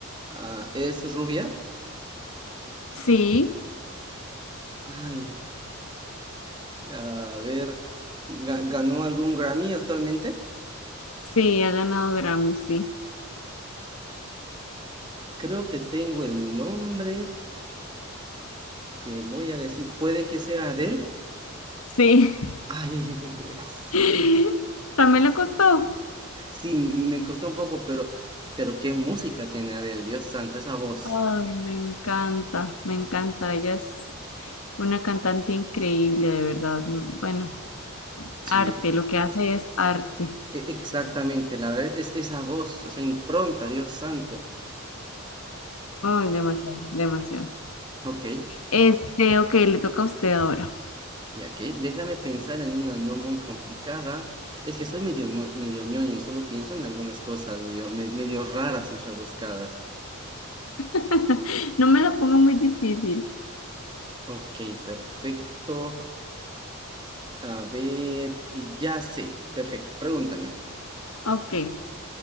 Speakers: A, on the right; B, on the left.
A: Ah, ¿es rubia?
B: Sí.
A: Ay, a ver, ga- ¿ganó algún Grammy actualmente?
B: Sí, ha ganado Grammy, sí.
A: Creo que tengo el nombre, te voy a decir, puede que sea Adele.
B: Sí.
A: Ay, <laughs> sí,
B: <laughs> También le costó.
A: sí, me costó un poco, pero, pero qué música tiene Adele, Dios santo, esa voz.
B: Ay, me encanta, me encanta. Ella es una cantante increíble, de verdad. Bueno,
A: Sí,
B: arte, lo que hace es arte.
A: E- Exactamente, la verdad es esa voz, esa impronta, Dios santo.
B: Ay, demasiado, demasiado.
A: Ok,
B: Este, ok, le toca a usted ahora.
A: y aquí déjame pensar en una no muy complicada. Es que soy medio, no- medio ñoño y solo pienso en algunas cosas medio, me- medio raras y rebuscadas.
B: <laughs> No me la ponga muy difícil.
A: Ok, perfecto. A ver, ya sé, perfecto. Pregúntame,
B: Ok. Eh,